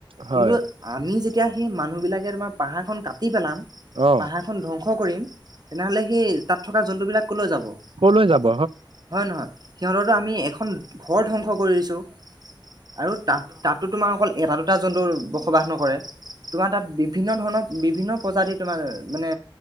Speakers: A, on the right (about 80°); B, on the right (about 50°).
A: হয়
B: কিন্তু আমি যেতিয়া সেই মানুহ বিলাকে তোমাৰ পাহাৰখন কাটি পেলাম,
A: অ
B: পাহাৰখন ধ্বংস কৰিম তেনেহলে সেই তাত থকা জন্তুবিলাক কলৈ যাব। হয়
A: কলৈ যাব
B: নহয় সিহঁততো আমি এখন ঘৰ ধ্বংস কৰি দিছো। আৰু তাত তাতো তোমাৰ অকল এটা দুটা জন্তু বসবাস নকৰে। তোমাৰ তাত বিভিন্ন ধৰণৰ বিভিন্ন প্ৰজাতিৰ তোমাৰ মানে